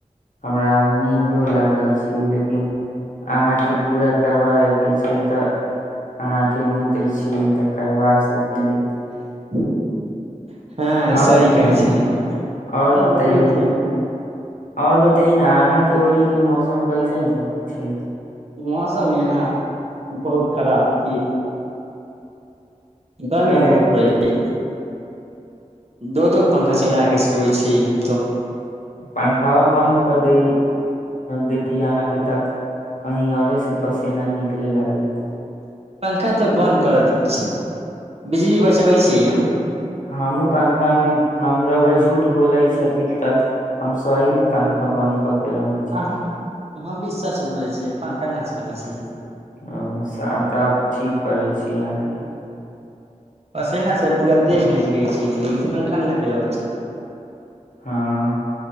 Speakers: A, on the left; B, on the right.
A: हमरा नीन्दो लागल छीियै लेकिन अहाँके पूरा करवाबे के छै तऽ अहाँके मि छी तकरबास इलै
B: <inaudible> हँ
A: आओर
B: सह कह छै
A: आओर
B: आर
A: बतैयै
B: बतै छै ने
A: आओर बतयए न अहााँ के ओड़ी के मौसम कैसन छै
B: मौसम यहाँ बहुत खराब थिये गर्मी
A: काहे
B: बहुत पड़ै छै दो दो पंखा चला के सुअइ छी छी हम तोऽ
A: पंखाबा बन्द कऽ दे देती अहाँके तऽ कही आउरे सँ पसिना निकलेय लागैत
B: पंखा तऽ बन्द कर देबै छी बिजली बचाबै छिये हम
A: हमू पंखा हम हम रौआ झूठ बोलै छथिन तऽ हम सही मे पंखा बंद क के रहे छी
B: आ हम भी सच बोलै छी पंखा ना चलाबै छियै
A: ओ सा- तब ठीक करैत छी अहाँके
B: पसेनासँ पूरा देह भीज गइ छै लेकिन पंखा नइ चलाबै छिये
A: हँ